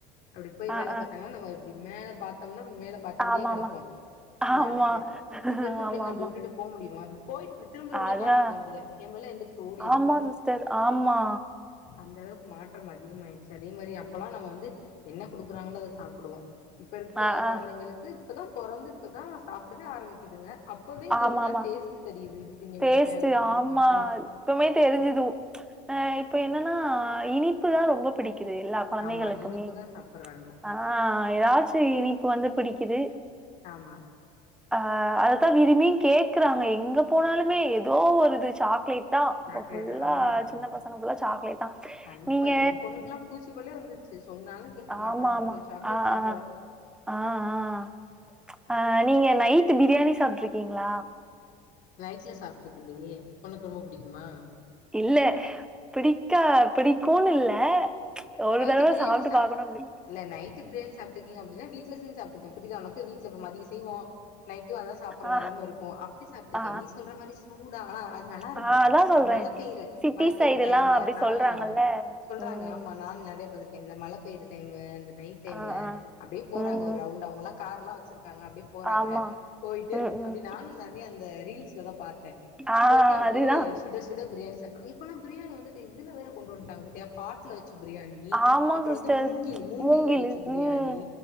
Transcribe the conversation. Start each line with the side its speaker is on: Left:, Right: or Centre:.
Left: அப்டி போய்
Centre: ஆ
Left: வேலை
Centre: ஆ
Left: பாத்தாங்கன்னா நம்ம இப்டி மேல பாத்தோம்னா மேல பாத்தபடியே
Centre: ஆமாமா
Left: கிடப்போம் விளாண்டுட்டு
Centre: ஆமா
Left: இப்ப இருக்க பிள்ளைங்கள
Centre: ஆமாமா
Left: அப்டி விட்டுட்டு போக முடியுமா போய் இப்டி திரும்புருக்குள்ள
Centre: அதான்
Left: காணாம போயிருதுகா எம் புள்ள எந்திரிச்சு ஓடிரும்
Centre: ஆமா சிஸ்டர் ஆமா
Left: அந்த அளவு மாற்றம் அதிகமாயிடுச்சு அதே மாரி அப்பல்லாம் நம்ம வந்து என்ன குடுக்கறாங்களோ அத சாப்புடுவோம் இப்போ இருக்க
Centre: ஆ
Left: குழந்தைங்களுக்கு
Centre: ஆ
Left: இப்போதான் பொறந்து இப்போதான் சாப்டவே ஆரம்பிக்குதுங்க அப்பவே இதுகலுக்லாம்
Centre: ஆமாமா
Left: டேஸ்ட் தெரியுது திங்க
Centre: டேஸ்ட்டு
Left: மாட்டே அது திங்க
Centre: ஆமா
Left: மாட்டே
Centre: இப்பமே தெரிஞ்சுது அஹ் இப்ப என்னன்னா அ இனிப்பு தா ரொம்ப பிடிக்குது எல்லா குழந்தைகளுக்குமே
Left: ஆமா இனிப்புதா சாப்புட்றாங்க
Centre: ஆஹ் ஏதாச்சு இனிப்பு வந்து பிடி க்குது
Left: ஆமா
Centre: ஆஹ் அது விரும்பியும் கேக்குறாங்க எங்க போனாலுமே ஏதோ ஒரு இது சாக்லேட் இப்பதான்
Left: சாக்லேட்
Centre: இப்ப ஃபுல்லா
Left: ஆமா
Centre: சின்ன பசங்க ஃபுல்லா சாக்லேட் தா
Left: கண்டிப்பா
Centre: நீங்க
Left: ஏன் பொண்ணுக்குலாம் பூச்சி பல்லே வந்துச்சு சொன்னாலும் கேக்க மாட்றா
Centre: ஆமா
Left: அவ்ளோ
Centre: ஆமா
Left: சாக்லேட்
Centre: ஆஹ்
Left: சாப்புட்றா
Centre: ஆஹ் ஆஹ் ஆஹ் அஹ் நீங்க நைட் பிரியாணி சாப்டுருக்கீங்களா
Left: நைட்ல சாப்ட்டது இல்லையே உனக்கு ரொம்ப புடிக்குமா
Centre: இல்ல பிடிக்கா பிடிக்குனு இல்ல ஒரு
Left: நைட்டு
Centre: தடவ
Left: பிரியாணி
Centre: சாப்ட்டு
Left: சாப்
Centre: பாக்கணும் அப்டி
Left: இல்ல நைட்டு பிரியாணி சாப்ட்ருக்கீங்களா அப்டி ஏன் வீட்டுல செஞ்சு சாப்ட்டுக்க புரியதா உனக்கு வீட்டுல இப்ப மதியம் செய்வோம் நைட்டும் அதான் சாப்புடுற
Centre: ஆ
Left: நெலம இருக்கும அப்டி சாப்ட்ருக்கேன்
Centre: ஆ
Left: நீ சொல்ற மாரி கூடா அது நல்லா இருக்கும்
Centre: ஆ அதா சொல்றே
Left: மல பெய்ற
Centre: சிட்டி
Left: மல பெய்ர
Centre: சைடுல்லா
Left: டைம்ல
Centre: அப்டி
Left: ஆஹ
Centre: சொல்றாங்கல்ல
Left: சொல்றாங்க
Centre: ம்
Left: ஆமா நானு இந்த <unintelligible> மழ பேயிற டைமு இந்த நைட் டைம்ல
Centre: ஆ ஆ
Left: அப்டியே போறாங்க
Centre: ம்
Left: ஒரு ரவுண்ட் அவங்கள கார்லா வெச்சிருக்கு காங்க அப்டே போறாங்க
Centre: ஆமா
Left: போயிட்டு
Centre: ம்
Left: அப்டி
Centre: ம்
Left: நானு நெறைய அந்த இந்த ரீல்ஸ்ல எதோ பாத்து <unintelligible>
Centre: ஆ
Left: போயிட்டு அப்டியே
Centre: அதுதா
Left: சுட சுட பிரியாணி இப்பல்லா பிரியாணி வந்துட்டு இதுல வேற கொண்டு வன்ட்டாங்க பாத்தியா பாட்ல வச்சு பிரியாணி
Centre: ஆமா
Left: அப்றோ
Centre: சிஸ்டர்
Left: வந்து மூங்கில் மூங்கில்ல
Centre: மூங்கிலு
Left: வச்சு பிரியாணி
Centre: ம்